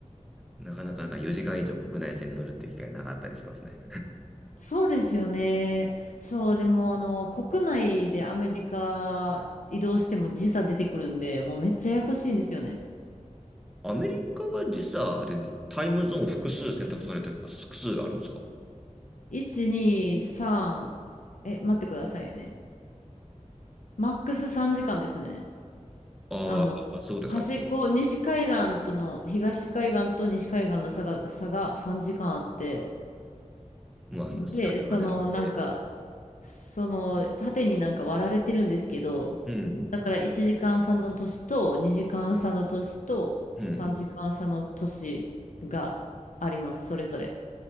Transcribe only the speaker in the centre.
なかなかなんか4時間以上国内線乗るって機会なかったりしますね。
アメリカは実は、あれ、タイムゾーン複数選択されて、複数あるんですか
ああ、
そういうことですか。
こ
うまあ、
確かにあれだけ。
うん、
うん、